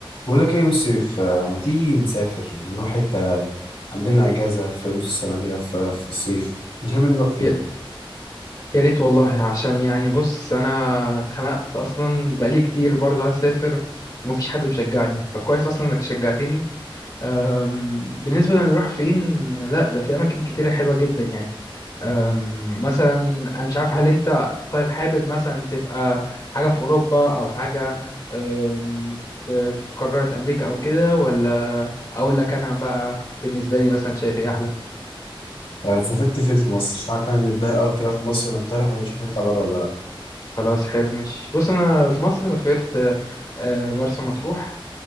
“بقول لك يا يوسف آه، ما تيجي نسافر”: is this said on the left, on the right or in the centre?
Left